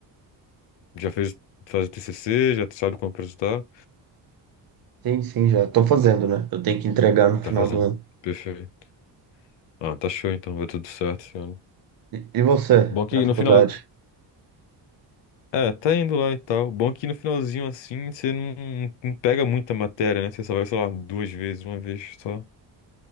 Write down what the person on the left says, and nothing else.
Já fez, faz o TCC? Já sabe como apresentar?
Tá
fazendo.
Perfeito. Ah, tá show então, vai tudo certo, esse ano.
Bom que
no final, É, tá indo lá e tal. Bom que no finalzinho assim você não, não pega muita matéria, né? Você só vai, sei lá, duas vezes, uma vez só.